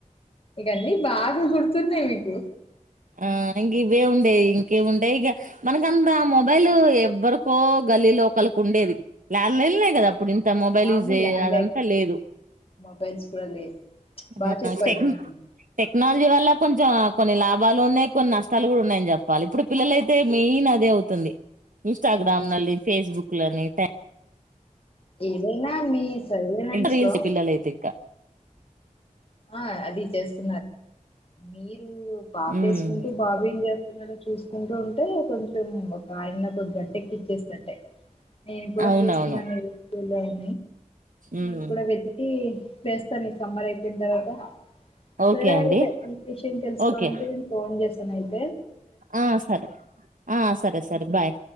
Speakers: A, on the left; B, on the right.
A: ఇకన్నీ బాగా గు సున్నే మీకు
B: ఆ ఇంక ఇవే ఉండేవి ఇంకే ఉండే ఇక మనకంతా మొబైల్, ఎవ్వరికో గల్లీ లోకలికి ఉండేది ల్యాండ్లైన్లే కదా ఇప్పు ఇంత మొబైల్
A: అమ్మ
B: యూజే
A: ల్యాండ్లైన్
B: అదంతా లేదు,
A: మొబైల్స్ కూడా లేవు బాగా
B: ఆ
A: చెప్పారు
B: లేదు టెక్
A: మేడం
B: టెక్ నల్ జీవల్ల కొంచెం కొన్ని లా వాళ్లు ఉన్నాయ్ కొన్ని నష్టాలు కూడా ఉన్నాయ్అని చెప్పాలి ఇప్పుడు పిల్లల అయితే మెయిన్ అదే అవుతుంది ఇన్స్టాగ్రామ్లని ఫేస్బుక్లని టాగ్
A: ఏదైనా మీ సర్లే నేన్
B: రీల్స్
A: స్లో
B: పిల్లలయితే ఇంకా
A: ఆ అది జెస్ట్ మీరు పాపేసుకుంటే
B: ఉమ్,
A: బాబు ఏం చేస్తున్నాడో చూసుకుంటూ ఉంటే కొంన్ టిమ్ము ఆయన ఒక గట్టెక్కిచ్చేసినట్టే నేను కూడా
B: అవునవును
A: చూస్తున్నాను <unintelligible>
B: ఉమ్,
A: నేను కూడా వెతికి వేస్తాను ఈ సమ్మర్ అయితే పింద్ అవటం
B: ఓకే
A: సరే
B: అండి
A: అయితే ఈ విషయం తెలుసుకోవడానికి
B: ఓకే
A: నేను ఫోన్ చేసా తిన్నారా
B: ఆ సరే ఆ సరే సరే బాయ్